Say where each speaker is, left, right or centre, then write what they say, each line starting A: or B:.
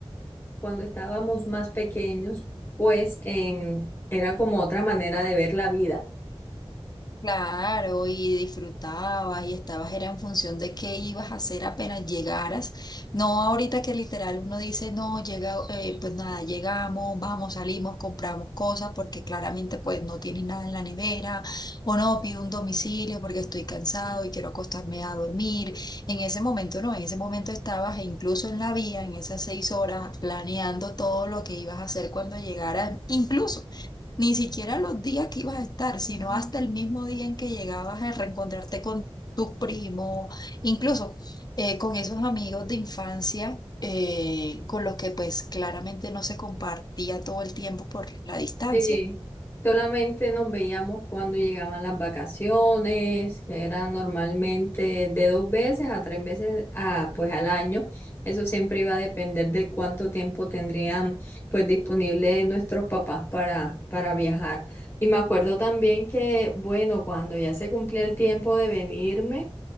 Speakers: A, on the left; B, on the left.
A: cuando estábamos más pequeños, pues, em, era como otra manera de ver la vida.
B: Claro, y disfrutabas y estabas, era en función de qué ibas a hacer apenas llegaras. No ahorita que literal uno dice, no, llega, eh, pues nada, llegamos, vamos, salimos, compramos cosas porque claramente pues no tienes nada en la nevera o no, pido un domicilio porque estoy cansado y quiero acostarme a dormir. En ese momento no, en ese momento estabas e incluso en la vía, en esas seis horas, planeando todo lo que ibas a hacer cuando llegaras, incluso. Ni siquiera los días que ibas a estar, sino hasta el mismo día en que llegabas a reencontrarte con tus primos, incluso eh, con esos amigos de infancia, eh, con los que pues claramente no se compartía todo el tiempo por la distancia.
A: Sí, solamente nos veíamos cuando llegaban las vacaciones, que era normalmente de dos veces a tres veces a, pues, al año. Eso siempre iba a depender de cuánto tiempo tendrían pues disponible nuestros papás para, para viajar. Y me acuerdo también que, bueno, cuando ya se cumplía el tiempo de venirme,